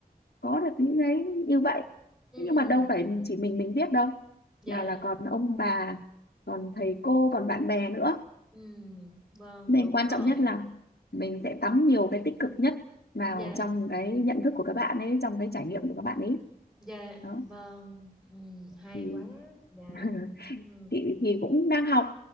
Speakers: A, on the left; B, in the centre.
A: có được những cái như vậy
B: ừ,
A: thế nhưng mà đâu phải chỉ mình mình viết đâu
B: dạ,
A: nào là còn ông bà còn thầy cô còn bạn bè nữa
B: ừ, vâng,
A: nên
B: đúng
A: quan
B: rồi,
A: trọng nhất là mình sẽ tắm nhiều cái tích cực nhất vào
B: dạ,
A: trong cái nhận thức của các bạn ấy trong cái trải nghiệm của các bạn ấy
B: dạ,
A: đó
B: vâng, ừ, hay
A: Ừ.
B: quá, dạ,
A: <laughs>
B: ừ,
A: chị thì cũng đang học